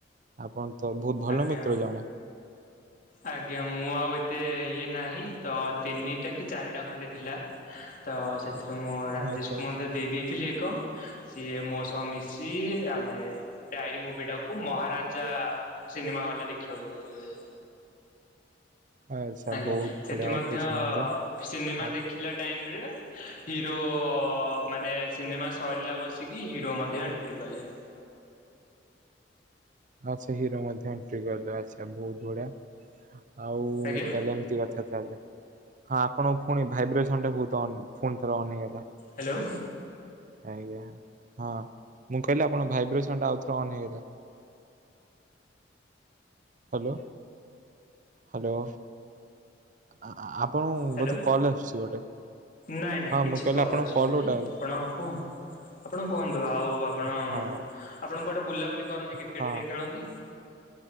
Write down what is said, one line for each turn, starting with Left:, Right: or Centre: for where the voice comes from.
Right: ଆପଣ ତ ବହୁତ ଭଲ
Left: ଆଜ୍ଞା
Right: ମିତ୍ର ଜଣେ।
Left: ଆଜ୍ଞା ମୁଁ ଆଉ ଏତେ ଇଏ ନାହିଁ ତ ତିନିଟା କି ଚାରିଟା ଖଣ୍ଡେ ଥିଲା ତ ସେ ଏଥିରୁ ମୁଁ ରାଜେଶ
Right: ଆଚ୍ଛା
Left: କୁ
Right: ଆଚ୍ଛା
Left: ମଧ୍ୟ ଦେଇ ଦେଇେଇଥିଲି ଏକ ସିଏ ମୋ ସହ ମିଶି, ଆମେ ଡାଏରୀ ମୁଭି ଟାକୁ ମହାରାଜା ସିନେମା ହଲ୍ରେ ଦେଖିବାକୁ ଯାଇଥିଲୁ ଭାଇ।
Right: ଆଚ୍ଛା
Left: ଆଜ୍ଞା।
Right: ବହୁତ
Left: ସେଠି
Right: ବଢିଆ
Left: ମଧ୍ୟ
Right: ଅତି ସୁନ୍ଦର
Left: ସିନେମା
Right: ଆଉ
Left: ଦେଖିଲା ଟାଇମରେ ହିରୋ ମାନେ ସିନେମା ସରିଲା ବସିକି ହିରୋ ମଧ୍ୟ ଏଣ୍ଟ୍ରି କଲେ
Right: ଆଛା ହିରୋ ମଧ୍ୟ ଏଣ୍ଟ୍ରି କଲେ ଆଛା ବହୁତ ବଢିଆ। ଆଉ
Left: ଆଜ୍ଞା
Right: ତାହେଲେ ଏମିତି କଥା ତାହେଲେ ହଁ ଆପଣଙ୍କ ପୁଣି ଭାଇବ୍ରେସନ ଟା ବହୁତ ଅନ୍ ଫୁଣି ଥର ଅନ୍ ହେଇଗଲା।
Left: ହାଲୋ।
Right: ଆଜ୍ଞା। ହଁ ମୁଁ କହିଲି ଆପଣ ଭାଇବ୍ରେସନ ଟା ଆଉ ଥର ଅନ୍ ହେଇଗଲା। Hello hello. ଆ-ଆପଣଙ୍କୁ
Left: ହ୍ୟାଲୋ
Right: ବୋଧେ କଲ ଆସୁଛି ଗୋଟେ?
Left: ନାଇଁ ନାଇଁ
Right: ହଁ
Left: କିଛି
Right: ମୁଁ କହିଲି
Left: କଲ୍
Right: ଆପଣଙ୍କୁ
Left: ଅଛି ନାହିଁ,
Right: ଗୋଟେ ଆଉଛି।
Left: ଆପଣ କୁହନ୍ତୁ। ଆପଣ କୁହନ୍ତୁ? ଆଉ ଆପଣ
Right: ହଁ
Left: ଆପଣ କୁଆଡେ ବୁଲାବୁଲି କରନ୍ତି କ୍ରିକେଟ
Right: ହଁ।
Left: ରେ ଖେଳନ୍ତି?